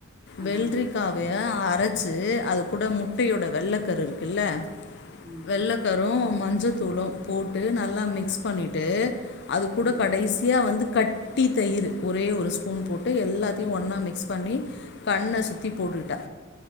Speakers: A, on the right (about 20°); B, on the left (about 55°).
A: ஆ
B: வெள்ரிக்காவய அரைச்சி அது கூட முட்டையோட வெள்ள கரு இருக்குல்ல
A: ம்
B: வெள்ள கர் அப்பற மஞ்ச தூளு போட்டு நல்லா மிக்ஸ் பண்ணிட்டு அது கூட
A: ம்
B: கடைசியா வந்து கட்டி தயிர்ரு ஒரே ஒரு ஸ்பூன் போட்டு எல்லாத்தையு ஒன்னா மிக்ஸ் பண்ணி கண்ணை சுற்றி போட்டுட்டா